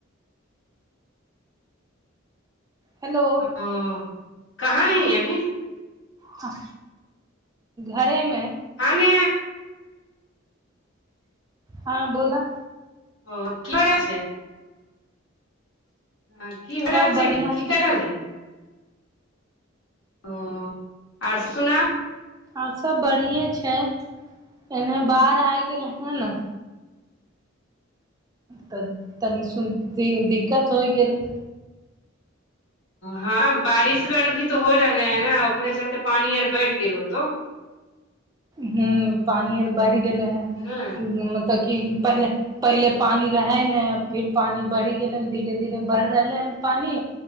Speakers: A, on the right; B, on the left.
A: हेलो
B: ओ कहाँ ही अभी
A: हाँ घरेमे
B: हाने
A: हँ बोला
B: ओ कि करय छै ह की हो
A: सब
B: रहल छै
A: बढ़िआँ
B: की कर रहल छै ओ आर स सुना
A: आर सब बढ़िये छै एने बाढ़ आ गेल हे ने तऽ तनी सुन दिक्कत होइ गेले
B: हँ बारिश आर भी तऽ हो रहले है ने ओकरे चलते पानी आर बढ़ि गेल होतौ
A: हूं पानि ओर बढ़ि गेलै हन
B: हँ
A: मतलब कि पहिले पहिले पानि रहै नहि फेर पानि बढ़ि गेलैन धीरे धीरे बढ़ि रहलै हन पानि